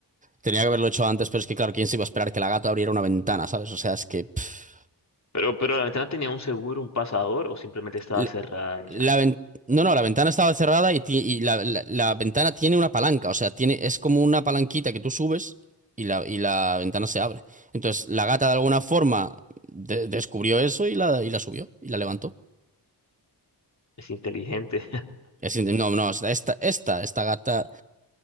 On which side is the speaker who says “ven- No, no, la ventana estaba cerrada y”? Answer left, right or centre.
Right